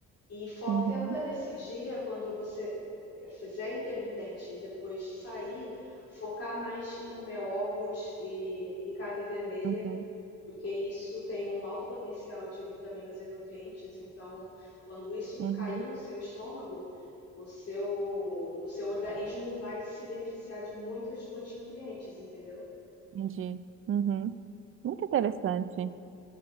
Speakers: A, on the left; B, on the right.
A: E foca,
B: uhum,
A: tenta nesse dia, quando você fizer intermitente e depois sair, focar mais em comer ovos e, e carne vermelha,
B: uhum,
A: porque isso tem um alto potencial de vitaminas e nutrientes. Então, quando isso
B: uhum,
A: cair no seu estômago, o seu, o seu organismo vai se beneficiar de muitos, muitos nutrientes, entendeu?
B: entendi. Uhum. Muito interessante.